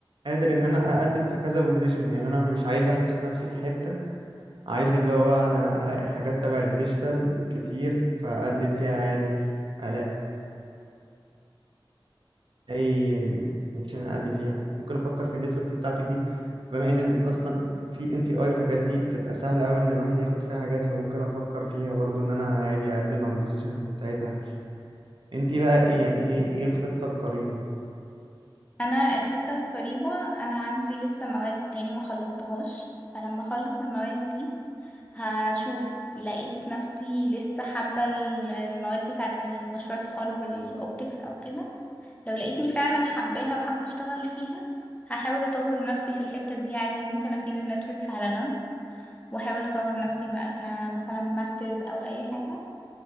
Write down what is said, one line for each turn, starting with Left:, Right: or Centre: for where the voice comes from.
Right: قادر ان انا اقدم في كذا بوزيشن يعني انا مش عايز احبس نفسي في حته عايز اللي هو انا الاقي حاجات تبع الديجيتال كتير فاقدم فيها عادي الاقي اي كونكشن اقدم فيها ممكن افكر في النتورك بتاعتك دي بما ان ال- اصلا في ان تي اي والحاجات دي بتبقى سهله قوي ان الواحد ياخد فيها حاجات فممكن افكر فيها برضو ان انا عادي اقدم على البوزيشن بتاعتها انت بقى ايه يعني ايه ايه الخطه القريبه
Left: انا الخطه القريبه انا عندي لسه مواد يعني ما خلصتهاش فلما اخلص المواد دي هشوف لقيت نفسي لسه حابه ال- المواد بتاعه المشروع التخرج الاوبتكس او كده لو لقيتني فعلا حباها وحابة اشتغل فيها هحاول اطور نفسي في الحتة دي عادي ممكن اسيب النتوركس على جنب واحاول اطور نفسي بقى كمثلا ماسترز او اي حاجة